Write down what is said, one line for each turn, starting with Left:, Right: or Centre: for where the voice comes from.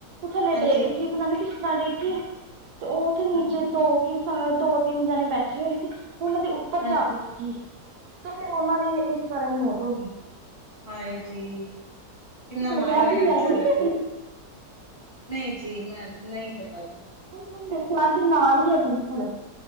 Right: ਥੱਲੇ
Left: ਹਾਂਜੀ
Right: ਡਿਗ ਗਈ ਪਤਾ ਨੀ ਕਿਸ ਤਰ੍ਹਾਂ ਡਿੱਗਗੀ, ਤੇ ਉਹ ਉੱਥੇ ਨੀਚੇ
Left: ਹਾਂ
Right: ਦੋ ਕੇ ਸੰਗਤ ਦੋ-ਤਿੰਨ ਜਣੇ ਬੈਠੇ ਹੋਏ ਸੀ, ਉਹਨਾਂ ਦੇ ਉੱਪਰ
Left: ਹਾਂ
Right: ਜਾਕੇ ਡਿ ਤੇ ਫੇਰ ਉਹਨਾਂ ਦੀ, ਇਸ ਕਾਰਨ ਮੌਤ ਹੋਗੀ।
Left: ਹਾਏ ਜੀ, ਕਿੰਨਾ
Right: ਹਰਿਮੰਦਰ
Left: ਮਾੜਾ
Right: ਸਾਹਿਬ
Left: ਹੋਇਆ
Right: ਤੁਸੀਂ
Left: ਵਿਚਾਰੇ
Right: ਆਏ ਨੀ ਕਦੀ
Left: ਤੋ। ਨਹੀਂ ਜੀ, ਮੈਂ ਨਹੀਂ ਪਤਾ ਜੇ।
Right: ਹਰਿਮੰਦਿਰ ਸਾਹਿਬ ਦੇ ਨਾਲ ਈ ਐ, ਬਿਲਕੁਲ।